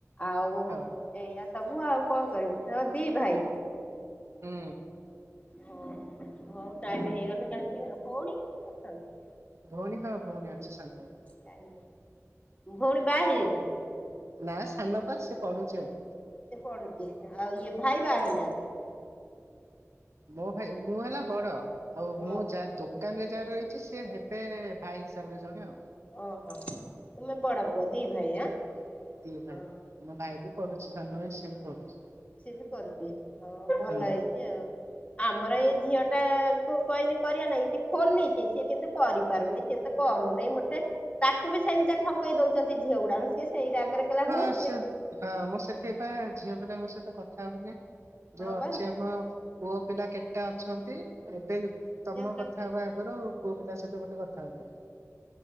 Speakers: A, on the left; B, on the right.
A: ଆଉ
B: ହଉ ହଉ
A: ଏଇଆ ସବୁ ଆଉ। କଣ କରିବି ହ ଦି ଭାଇ।
B: ହୁଁ।
A: ହଁ ହଉ ଟାଇମ ହେଇଗଲେ କା ଆଉ ଭଉଣୀ ଅଛନ୍ତି।
B: ଭଉଣୀ ହଁ ଭଉଣୀ ଅ। ସାଙ୍ଗ।
A: ଟାଇମ୍ ଭଉଣୀ ବାହା ହେଇଯାଇଥାେ।
B: ନା ସାନପ ସେ ପଢୁଛି ଏବେ।
A: ସେ ପଢୁଛି ଆଉ ଇଏ ଭାଇ ବା ହେଇନାହାନ୍ତି।
B: ମୋ ଭାଇ ମୁଁ ହେଲା ବଡ। ଆଉ ମୁଁ
A: ଓ
B: ଯାହା ଦୁ ଦୋକାନ ରେ ଯାହା ରହିଛି ସିଏ ହେବେ ଭାଇ ହିସାବରେ ଜଣେ ଆଉ।
A: ଓହୋ ତୁମେ ବଡ ପୁଅ ଦି ଭାଇ ଆଁ
B: ହ ଦି ଭାଇ
A: ହଁ।
B: ମୁଁ ଭାଇ ମୋର ସାନ ଭାଇ ସିଏ ବି ପଢୁଛି।
A: ସିଏବି କେରିବେ ହଉ ହଁ ଭଲ
B: ହୁଁ।
A: ହେଇଛି ଆଉ ଆମର ଏଇ ଝିଅ ଟା କୁ କହିନି କରିବା ନାଇଁ ସେ ଖୋଲିଛି ସିଏ କିନ୍ତୁ କରିପାରୁନି ସିଏ ତ କରୁନି ମୋଟେ ତାକୁ ବି ସେମିତିଆ ଠକେଇ ଦଉଛନ୍ତି ଝିଅ ଗୁଡାକ ସିଏ ସେଇ କହିଲା ହୋସ୍
B: ହଁ ସେ
A: ବେ
B: ହଁ ମୁଁ ସେଥିପାଇଁ ଝିଅ ପିଲାଙ୍କ ସ କଥାହବୁନି
A: ହଁ
B: ଯୋଉ ଅଛିଆମ
A: ବା
B: ପୁଅ ପିଲା କେତେଟା ଅଛନ୍ତି ଏବେ
A: <unintelligible>
B: ତମ
A: ହଁ
B: କଥା ହବା ଆଗରୁ ପୁଅ ପିଲା ସହିତ ଗୋଟେ କଥା ହଉଥିଲି।